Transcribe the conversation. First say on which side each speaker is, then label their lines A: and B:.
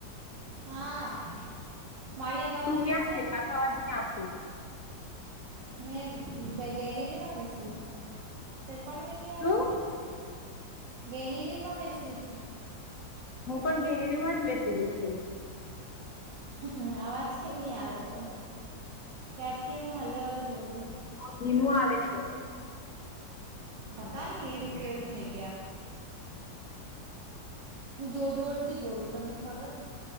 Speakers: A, on the right; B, on the left.
A: હા મારી અવાજ
B: તું
A: જતી
B: ક્યાં
A: છે.
B: અવાજ નહી આવતો
A: મેં ગેલેરીમાં બેસલી છું. તે પણ બ નહી આવે
B: તું
A: ગેલેરીમાં બેસલી છું.
B: હું પણ ગેલેરી માં જ બેસેલી છું.
A: હ અવાજ કેમ નહી આવે તો ક્યારથી હું હલો હલો બોલું.
B: બ ધીમું આવે છે.
A: પતા નહીં એવું કે એવું થઈ ગયા હું જોર જોર થી બોલું તમને ખબર